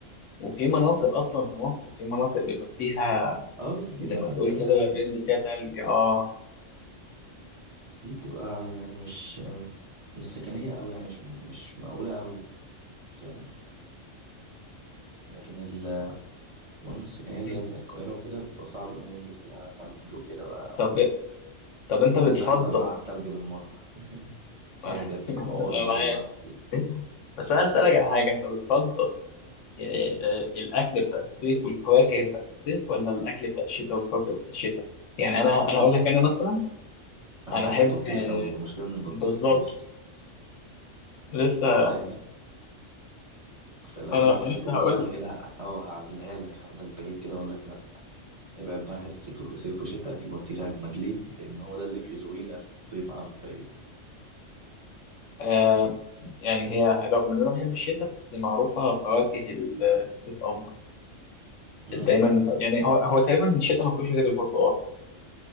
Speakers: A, on the left (about 75°); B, on the right (about 30°).
A: وفي مناطق اصلا في مصر في مناطق بيبقى فيها
B: اه بس دي
A: زي
B: بقى
A: ما تقول
B: بعيدة
A: كده
B: عننا
A: بينزل فيها تلج اه
B: دي بتبقى يعني مش مش سكنية أوي يعني مش مش مقاولة أوي فاهم لكن ال المناطق السكنية اللي
A: انت-
B: هي زي القاهرة وكده بتبقى صعب أوي ننزل فيها تلج وكده بقى
A: طب طب انت بتفضل
B: نتزحلق بقى على التلج بالمرة <laughs>
A: <laughs>
B: يا دي هتبقى حوار
A: انا
B: دي
A: معاك
B: والله العظيم
A: بس انا اسالك على حاجه انت بتفضل ال- الاكل بتاع الصيف والفواكه بتاع الصيف ولا الاكل بتاع الشتاء والفواكه بتاع الشتاء يعني انا انا
B: بص
A: هقول لك انا مثلا
B: أنا
A: انا
B: بحب
A: احب
B: البطيخ
A: آه،
B: أوي والمشكلة إن البطيخ
A: بالظبط
B: صيفي
A: لسه
B: فاهم فلو
A: انا
B: جينا في الحتة
A: أنا لسه
B: دي
A: هقول
B: بقى أنا
A: لك
B: كده ه- أه هعزلها لك هاخدك بعيد كده أقول لك لأ ابعد بقى عن حتة صيف صيف وشتاء البطيخ أجمد ليه؟ لأن هو ده اللي في يروينا في الصيف حرفيا
A: آه، يعني هي رغم ان انا بحب الشتاء بس معروفه فواكه الصيف افضل
B: مم.
A: دايما ف- يعني هو هو تقريبا الشتاء ما فيهوش غير البرتقال